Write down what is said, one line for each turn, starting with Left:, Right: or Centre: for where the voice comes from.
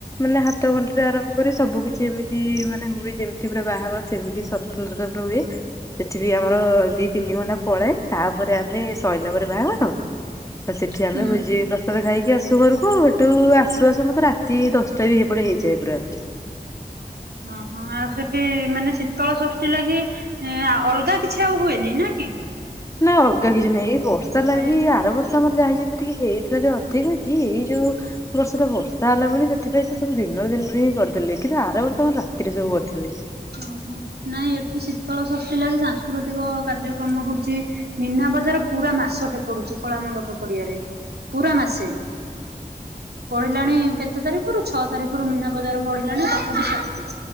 Left: ମାନେ ହାତ ଗଣ୍ଠି ରୁ ଆରମ୍ଭ କରିକି ସବୁ କିଛି ଏମିତି ମାନେ ହୁଏ ଯେମିତି ପୁରା ବାହାଘର ସେମିତି ସତକୁ ସତ ପୁରା ହୁଏ। ସେଠି ବି ଆମର ଦି ତିନି ଘଣ୍ଟା ପଳାଏ ତାପରେ ଆମେ ସଇଲା ପରେ ବାହାଘର ତ ସେଠି ଆମେ
Right: ହୁଁ
Left: ଭୋଜି ପ୍ର ତ ଖାଇକି ଆସୁ ଘରକୁ ଏଠୁ ଆସୁ ଆସୁ ମତେ ରାତି ଦଶଟା ବି ହେପଟେ ହେଇଯାଏ ପୁରା।
Right: ହଁ ହିଁ ଆଉ ସେଠି ମାନେ ଶୀତଳଶଷ୍ଠୀ ଲାଗି ହିଁ ଆ ଅଲଗା କିଛି ଆଉ ହୁଏନି ନା କି?
Left: ନା ଅଲଗା କିଛି ନାହିଁ ଏଇ ବର୍ଷା ଲାଗି
Right: ଖାଇ
Left: ଆର ବର୍ଷ ତମର ଯାହା ଯେମିତି ଟିକିଏ ହେଇଥିଲା ଯୋଉ ଅଧିକା ଟି ଏଇ ଯୋଉ ବର୍ଷରେ ବର୍ଷା ହେଲା ବୋଲି ସେଥିପାଇଁ ସେ ସବୁ ଦିନରେ ଦିନରେ ହିଁ କରିଦେଲେ କିନ୍ତୁ ଆର ବର୍ଷ କଣ ରାତିରେ ସବୁ କରିଥିଲେ।
Right: ଓହୋ ନାଇଁ ଏଠି ଶୀତଳ ଷଷ୍ଠୀ ଲାଗି ସାଂସ୍କୃତିକ କାର୍ଯ୍ୟକ୍ରମ ହଉଛି। ମୀନା ବଜାର ପୁରା ମାସଟେ ପଡୁଛି କଳା ମଣ୍ଡପ ପଡିଆରେ ପୁରା ମାସେ। ପଢିଲାଣି କେତେ ତାରିଖରୁ ଛଅ ତାରିଖରୁ ମୀନା ବଜାର ପଢିଲାଣି ତଥାପି